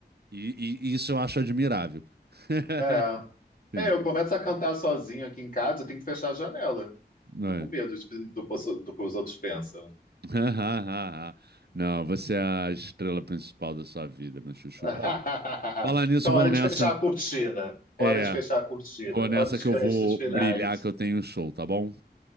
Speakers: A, on the right; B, on the left.
A: E, e- e isso eu acho admirável. <laughs>
B: É.
A: Entendeu?
B: É, eu começo a cantar sozinho aqui em casa, eu tenho que fechar a janela.
A: Não,
B: Fico
A: é?
B: com medo de- do, do que os outros pensam.
A: <laughs> Não, você é a estrela principal da sua vida, meu chuchu.
B: <laughs>
A: Ó, falar nisso,
B: Então,
A: vou
B: hora
A: nessa.
B: de fechar a cortina. Hora
A: É,
B: de fechar a cortina.
A: vou nessa
B: Hora dos
A: que
B: créditos
A: eu vou
B: finais.
A: brilhar, que eu tenho um show, tá bom?